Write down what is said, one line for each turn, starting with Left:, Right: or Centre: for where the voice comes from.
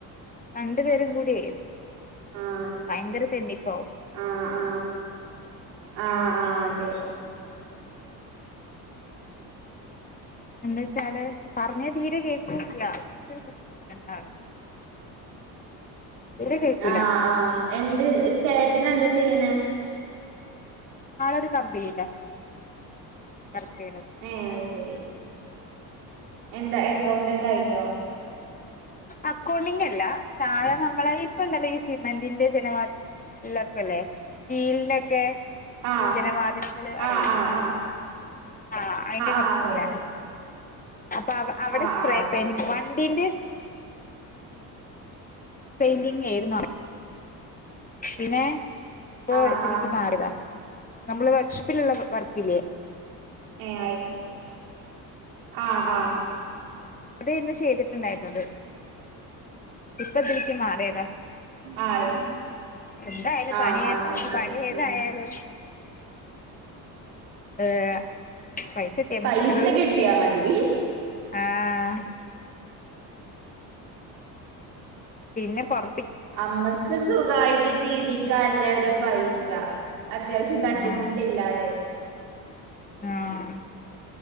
Left: രണ്ടു പേരും കൂടിയ്
Right: ആഹ്
Left: ഭയങ്കര തെന്നിപ്പാവു.
Right: ആഹ് ആഹ് ആഹ് ആഹ് അതെ.
Left: എന്തച്ചാല് പർഞ്ഞ തീരെ കേക്കൂല്ല്യ രണ്ടാളും. തീരെ കേക്കൂല
Right: ആഹ് ആഹ് എന്ത് ചേട്ടനെന്ത ചെയ്യണെ.
Left: ആളൊരു കമ്പിനിയില വർക്കെയ്യ്ണത്.
Right: ഏഹ് അയ് ശരി. എന്ത എക്കൗണ്ടന്റയ്ട്ടോ.
Left: അക്കൗണ്ടിങ്ല്ല സാധ നമ്മളെ ഇപ്പണ്ടല്ലോ ഈ സിമെന്റിന്റെ ജനവാ ലക്കല്ലേ സ്റ്റീൽന്റെക്കെ
Right: ആഹ്
Left: ജനവാതില്കള് അറിയൂലെ.
Right: ആഹ് ആഹ് ആഹ്
Left: ആഹ് അയിന്റെ
Right: ആഹ്
Left: കമ്പനിലാണ്.
Right: അറിയാം
Left: അപ്പ അവ അവടെ
Right: ആഹ്
Left: സ്പ്രേ
Right: ആഹ് അത്
Left: പെയിന്റിങ്
Right: ശരി
Left: വണ്ടിന്റെ. പെയ്ന്റിങ്ങെര്ന്നു പിന്നെ പ്പൊ
Right: ആഹ്
Left: ഇതിലിക്ക്
Right: ആഹ്
Left: മാറ്യതാ. നമ്മള് വർക്ക്ശ്പ്പില്ള്ള വ വർക്കില്ലേ.
Right: ഏഹ് ആയ്ശെരി അഹ് അഹ്.
Left: തെര്ന്നു ചെയ്തിട്ടുണ്ടായിര്ന്നത്. ഇപ്പതിൽക്ക് മാറ്യതാ.
Right: ആഹ്
Left: എന്തായാലും
Right: ആഹ്
Left: പണ്യേ
Right: ആഹ് അത് ശരി
Left: പണ്യേതായാലും.
Right: ഉം
Left: ഏഹ് പൈസട്ട്യാ മത്യല്ലോ
Right: പൈസ കിട്ടിയാ മതി
Left: ആഹ്. പിന്നെ പൊർ
Right: അമ്മക്ക് സുഖായിട്ട് ജീവി ക്കാല്ലരു പൈസ അത്യാവശ്യം തട്ടിമുട്ടില്ലാതെ.
Left: ആഹ് ആഹ്.